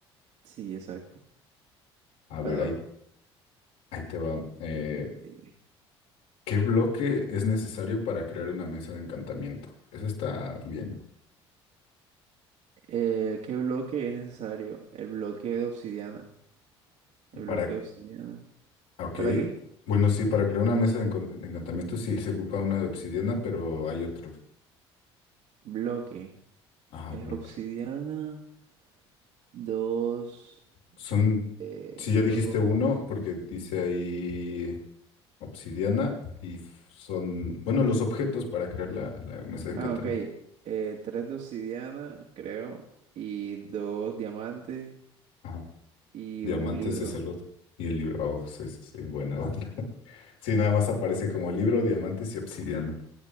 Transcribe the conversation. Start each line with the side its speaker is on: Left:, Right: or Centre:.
Right: Sí, exacto.
Left: A
Right: Bueno,
Left: ver, ahí, ahí te va. Eh,
Right: dime, dime.
Left: ¿qué bloque es necesario para crear una mesa de encantamiento? Eso está bien.
Right: Eh, ¿qué bloque es necesario? El bloque de obsidiana. El
Left: Para.
Right: bloque de obsidiana.
Left: Ok.
Right: ¿Para qué?
Left: Bueno, sí, para crear una mesa de, encon- de encantamiento sí se ocupa una de obsidiana, pero hay otros.
Right: Bloque.
Left: Ajá,
Right: Es
Left: bloque.
Right: obsidiana. Dos.
Left: Son,
Right: eh,
Left: si ya
Right: dos.
Left: dijiste uno, porque dice ahí obsidiana y f- son, bueno, los objetos para crear la, la mesa de encantamiento.
Right: Ah, ok. eh, tres de obsidiana, creo. Y dos diamantes.
Left: Ajá.
Right: Y
Left: Diamantes
Right: un libro.
Left: es el otro. Y el libro, oh, sí, sí, sí, buena buena. <laughs> Sí, nada más aparece como libro, diamantes y obsidiana.